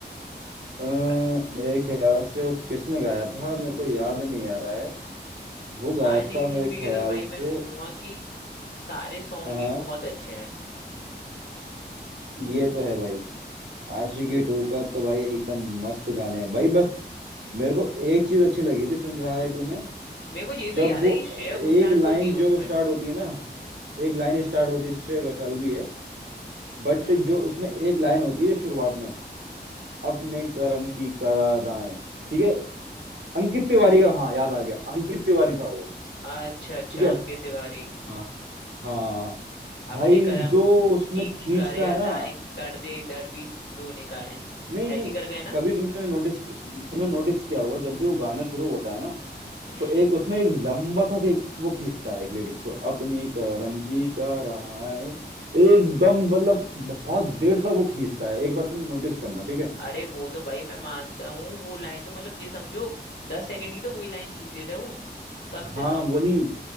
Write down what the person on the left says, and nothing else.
भाई,
आशिकी
मूवी
के तो भाई मैं
बोलूंगा कि सारे सॉन्ग
ही बहुत अच्छे हैं
मेरे को ये तो
याद
है कि
श्रेया घोषाल
तो थी
उसमें
हम्म
अच्छा अच्छा
अंकित तिवारी
अपने कर्म
की
करे
अदाएं
कर दे इधर भी दो निकाय
ऐसी कर गए ना
हम्म
अरे वो तो भाई मैं मानता हूँ वो लाइन तो मतलब जी समझो दस सेकंड की तो वही लाइन खींच देता है वो कम
से कम